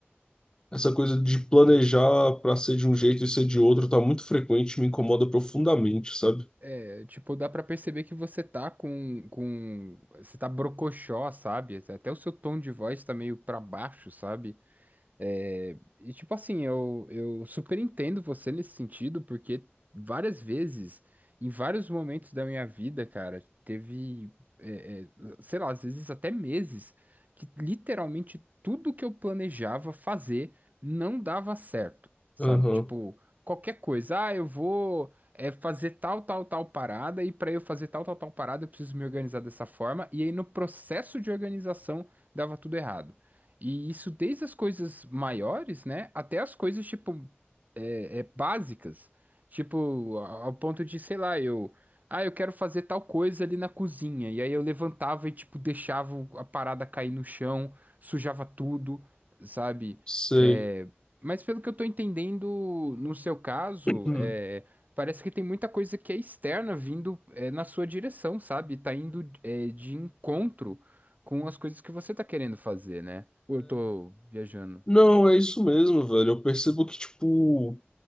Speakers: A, on the left; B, on the right.
A: essa coisa de planejar pra ser de um jeito e ser de outro tá muito frequente, me incomoda profundamente, sabe?
B: É, tipo, dá pra perceber que você tá com, com... Você tá brocochó, sabe? Até o seu tom de voz tá meio pra baixo, sabe? É, e tipo assim, eu, eu super entendo você nesse sentido, porque várias vezes, em vários momentos da minha vida, cara, teve, é, é, sei lá, às vezes até meses, que literalmente tudo que eu planejava fazer não dava certo, sabe?
A: Aham,
B: Tipo, qualquer coisa, ah, eu vou, é, fazer tal, tal, tal parada, e para eu fazer tal, tal, tal parada, eu preciso me organizar dessa forma, e aí no processo de organização dava tudo errado. E isso desde as coisas maiores, né, até as coisas tipo é, é básicas, tipo, a- ao ponto de, sei lá, eu, ah, eu quero fazer tal coisa ali na cozinha, e aí eu levantava e, tipo, deixava o- a parada cair no chão, sujava tudo, sabe?
A: sei.
B: É, mas pelo que eu tô entendendo, no seu caso,
A: <clears throat> Hum.
B: é, parece que tem muita coisa que é externa vindo, é, na sua direção, sabe? Tá indo, é, de encontro com as coisas que você tá querendo fazer, né? Ou eu tô viajando?
A: Não, é isso mesmo, velho. Eu percebo que, tipo.